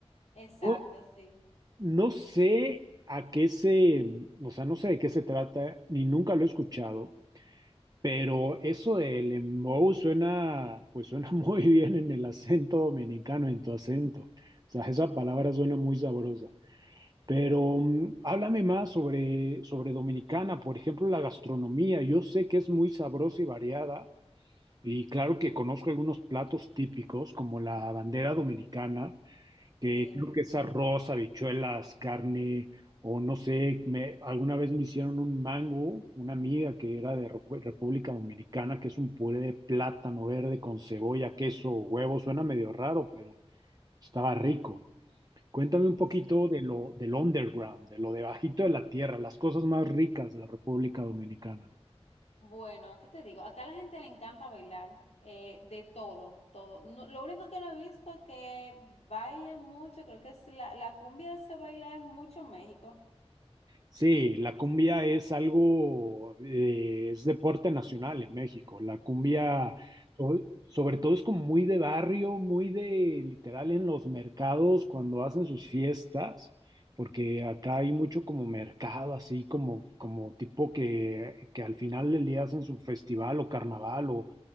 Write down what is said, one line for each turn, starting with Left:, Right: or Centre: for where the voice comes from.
Left: Exacto,
Right: No,
Left: sí,
Right: no sé a qué se, o sea, no sé de qué se trata, ni nunca lo he escuchado. Pero eso del embou suena, pues suena <laughs> muy bien en el acento dominicano, en tu acento. O sea, esa palabra suena muy sabrosa. Pero mm, háblame más sobre, sobre Dominicana, por ejemplo, la gastronomía. Yo sé que es muy sabrosa y variada. Y claro que conozco algunos platos típicos, como la bandera dominicana, que
Left: sí.
Right: creo que es arroz, habichuelas, carne, o no sé, me, alguna vez me hicieron un mango, una amiga que era de Repu- República Dominicana, que es un puré de plátano verde con cebolla, queso, huevo, suena medio raro, pero estaba rico. Cuéntame un poquito
Left: sí.
Right: de lo, del underground, de lo debajito de la tierra, las cosas más ricas de la República Dominicana.
Left: Bueno, ¿qué te digo? Acá a la gente le encanta bailar, eh, de todo, todo. No- lo único que no he visto que baile mucho, creo que es la, la cumbia se baila en mucho en México,
Right: Sí, la cumbia es algo, eh, es deporte nacional en México. La cumbia, so- sobre todo, es como muy de barrio, muy de literal en los mercados cuando hacen sus fiestas, porque acá hay mucho como mercado, así como, como tipo que, que al final del día hacen su festival o carnaval o